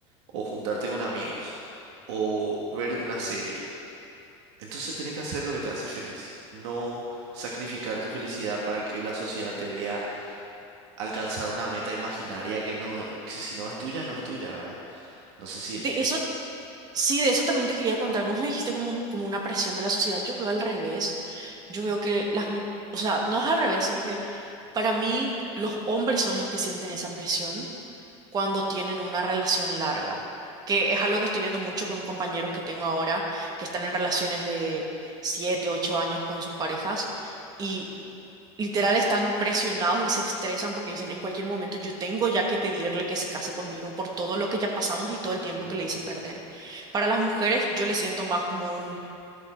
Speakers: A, on the right (about 80°); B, on the right (about 30°).
A: o juntarte con amigos o ver una serie, entonces tenés que hacer lo que te hace feliz. No sacrificar tu felicidad para que la sociedad te vea alcanzar una meta imaginaria que no, que si no es tuya, no es tuya, ¿verdad? No sé si
B: Te- Eso Sí, de eso también te quería contar. Vos me dijiste como, como una presión de la sociedad. Yo veo al revés. Yo veo que las mujeres, o sea, no es al revés, sino que para mí los hombres son los que sienten esa presión cuando tienen una relación larga, que es algo que estoy viendo mucho con compañeros que tengo ahora, que están en relaciones de 7 8 años con sus parejas y literal están presionados y se estresan porque dicen, en cualquier momento yo tengo ya que pedirle que se case conmigo por todo lo que ya pasamos y todo el tiempo
A: Ujú,
B: que le hice perder. Para las mujeres yo le siento más como un,